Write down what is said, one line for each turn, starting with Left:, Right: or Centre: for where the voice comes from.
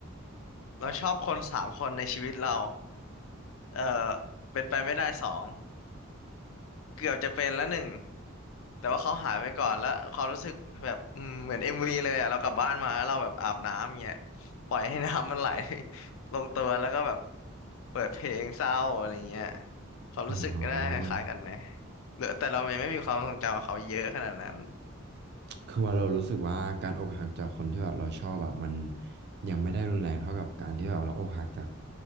Left: เราชอบคนสามคนในชีวิตเรา เอ่อเป็นไปไม่ได้สองเกือบจะเป็นแล้วหนึ่งแต่ว่าเขาหายไปก่อนแล้วความรู้สึกแบบอืมเหมือนเอ็มวีเลยอะเรากลับบ้านมาแล้วเราแบบอาบน้ำเงี้ยปล่อยให้น้ำมันไหล <laughs> ลงตัวแล้วก็แบบเปิดเพลงเศร้าอะไรเงี้ยความรู้สึกน่าคล้ายๆกันไหม
Right: อ๋อ
Left: เหรือแต่เรายังไม่มีความทรงจำกับเขาเยอะขนาดนั้น
Right: คือว่าเรารู้สึกว่าการอกหักจากคนที่แบบเราชอบอะมันยังไม่ได้รุนแรงเท่ากับการที่แบบเราอกหักจาก